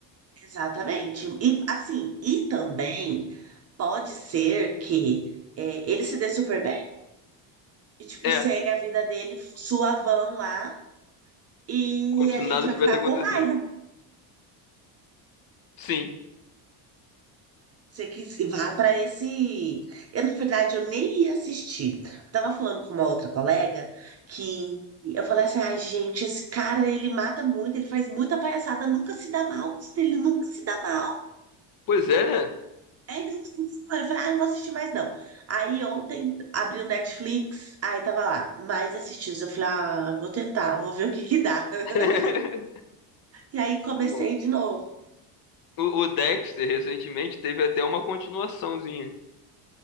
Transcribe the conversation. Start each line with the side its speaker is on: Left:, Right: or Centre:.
Right: Exatamente. E, assim, e também pode ser que é, ele se dê super bem e, tipo,
Left: É,
Right: segue a vida dele suavão lá. E
Left: como se
Right: a
Left: nada
Right: gente vai
Left: tivesse
Right: ficar
Left: acontecido.
Right: com raiva.
Left: Sim.
Right: Você que se vá para esse. Eu, na verdade, eu nem ia assistir. Eu tava falando com uma outra colega que eu falei assim: ai, gente, esse cara ele mata muito, ele faz muita palhaçada, nunca se dá mal, ele nunca se dá mal.
Left: Pois é, né?
Right: Aí eu falei: ah, não vou assistir mais não. Aí ontem abri o Netflix, aí tava lá, mais assistidos. Eu falei: ah, vou tentar, vou ver o que que dá. <laughs>
Left: <laughs>
Right: E aí comecei
Left: O,
Right: de novo.
Left: o, o Dexter recentemente teve até uma continuaçãozinha.